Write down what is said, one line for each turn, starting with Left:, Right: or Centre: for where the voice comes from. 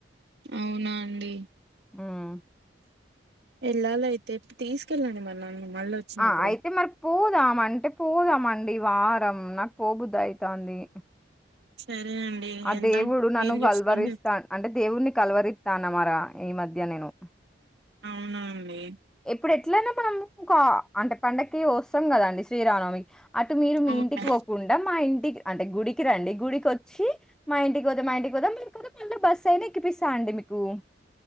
Right: అవునా అండి
Centre: హ్మ్.
Right: ఎళ్ళాల అయితే తీసుకెళ్ళండి మరి నన్ను మళ్ళీ వచ్చినప్పుడు
Centre: ఆ అయితే మరి పోదాం అంటే పోదాం అ అండి ఈ వారం నాకు పోబుదాయితాంది
Right: సరే అండి
Centre: ఆ
Right: వెళ్దాం
Centre: దేవుడు నన్ను
Right: వీలు చూసుకొని
Centre: కల్వరిస్తా
Right: చెప్తా
Centre: అంటే దేవున్ని కల్వరి తాన మర ఈ మధ్య నేను
Right: అవునా అండి
Centre: ఇప్పుడు ఎట్లానా మనం క అంటే పండక్కి వస్తాం కదండి శ్రీరామనవమి అటు మీరు మీ
Right: అవునా
Centre: ఇంటికి పోకుండా మా ఇంటికి అంటే గుడికి రండి గుడికి వచ్చి మా ఇంటికి పోదాం మా ఇంటికి పోదాం లేకపోతే మళ్ళ బస్ అయిన ఎక్కిపిస్తా అండి మీకు